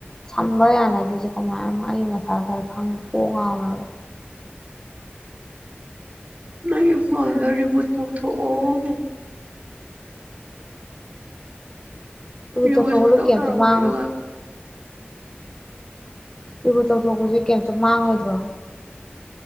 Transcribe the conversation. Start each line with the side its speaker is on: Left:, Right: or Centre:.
Left: ꯁꯝꯕ ꯌꯥꯅꯗ꯭ꯔꯤꯁꯦ ꯀꯃꯥꯏꯅꯅꯣ ꯑꯩ ꯃꯊꯥ ꯁꯥꯏ ꯈꯪ ꯀꯣꯛ ꯉꯥꯎꯋꯦ ꯍꯥꯏꯕ
Right: ꯅꯪꯒꯤ ꯐꯣꯟꯗꯣ ꯔꯤꯕꯨꯠ ꯇꯧꯊꯣꯛꯑꯣ ꯔꯤꯕꯨꯠ
Left: ꯇꯧꯊꯣꯛꯄꯗꯣ
Right: ꯁꯨꯡꯇꯧ
Left: ꯀꯩꯝꯇ
Right: ꯇꯧꯔꯝꯃꯣꯏ
Left: ꯃꯥꯡꯉꯣꯏ
Right: ꯑꯗꯨꯒ
Left: ꯔꯤꯕꯨꯠ ꯇꯧꯊꯣꯛꯄꯁꯤ ꯀꯩꯝꯇ ꯃꯥꯡꯉꯣꯏꯗ꯭ꯔꯣ